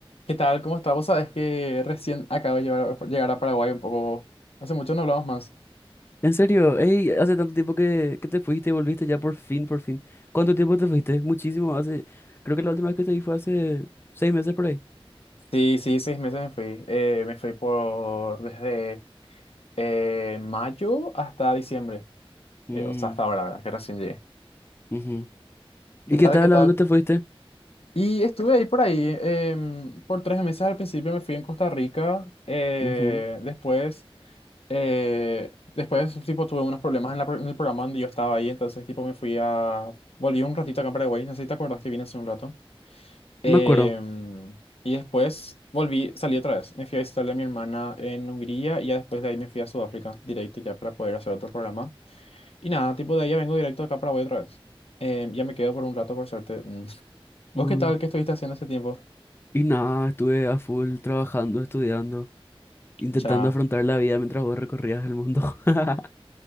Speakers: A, on the left; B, on the left.
A: ¿Qué tal? ¿Cómo estás? Vos sabés que recién acabo de llevar- llegar a Paraguay un poco. Hace mucho no hablamos más.
B: En serio, ey, hace tanto tiempo que, que te fuiste y volviste ya por fin, por fin. ¿Cuánto tiempo te fuiste? Muchísimo, hace, creo que la última vez que te vi fue hace seis meses por ahí.
A: Sí, sí, seis meses me fui. Eh, me fui por desde eh, mayo hasta diciembre.
B: Mm,
A: Eh, o sea, hasta ahora, ¿verdad? Que recién llegué.
B: ujú. ¿Y
A: ¿Qué
B: qué
A: tal?
B: tal?
A: ¿Qué tal?
B: ¿A dónde te fuiste?
A: Y estuve ahí por ahí em, por tres meses. Al principio me fui en Costa Rica. eh,
B: Ujú,
A: después, eh, después, tipo, tuve unos problemas en, la pro- en el programa donde yo estaba ahí. Entonces, tipo, me fui a... Volví un ratito acá a Paraguay. No sé si te acuerdas que vine hace un rato. Em,
B: Me acuerdo.
A: y después volví, salí otra vez. Me fui a visitarle a mi hermana en Hungría y ya después de ahí me fui a Sudáfrica directo ya para poder hacer otro programa. Y nada, tipo de ahí ya vengo directo acá para Paraguay otra vez. Em, ya me quedo por un rato por suerte. Mm. <laughs> ¿Vos
B: Mm.
A: qué tal? ¿Qué estuviste haciendo ese tiempo?
B: Y nada, estuve a full trabajando, estudiando, intentando
A: Cha,
B: afrontar la vida mientras vos recorrías el mundo. <laughs>